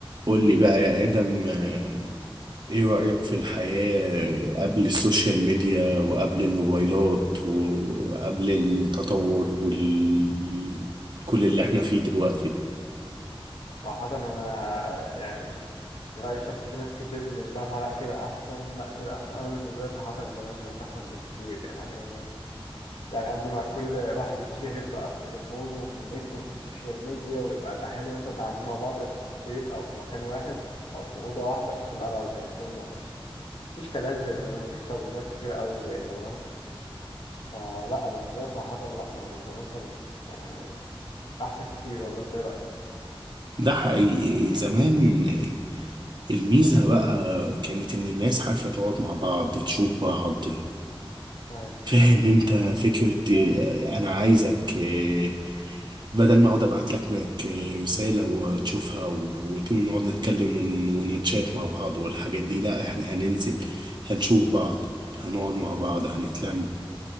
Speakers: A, on the right; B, on the left.
A: قول لي بقى يا آدم آه، إيه رأيك في الحياة قبل السوشيال ميديا وقبل الموبايلات وقبل التطور وال كل اللي احنا فيه دلوقتي ده
B: صراحة أنا يعني من رأيي الشخصي في ناس كتير بالنسبة لها لأ كده أحسن لأ كده أحسن أنا بالنسبة لي صراحة زمان كانت أحسن بكتير يعني يعني قبل ما كل واحد يتشغل بقى في تليفونه وفي النت وفي السوشيال ميديا ويبقى الأهالي مثلا قاعدين مع بعض في بيت أو في مكان واحد أو في أوضة واحدة وكل قاعد على تليفونه ومفيش مفيش كلام زي زمان مفيش ترابطات كتير أوي زي زمان فلأ بالنسبة لي صراحة لأ يعني زمان كانت يعني أحسن كتير والله أنت إيه رأيك؟
A: ده حقيقي زمان آه، الميزة بقى كانت إن الناس عارفة تقعد مع بعض تشوف بعض
B: أيوة.
A: فاهم انت فكرة آه، انا عايزك آه، بدل ما اقعد ابعت لك مك- رسالة وتشوفها و- وت- ونقعد نتكلم ون- ونتشات مع بعض والحاجات دي لا احنا هننزل هنشوف
B: مم.
A: بعض هنقعد مع بعض هنتلم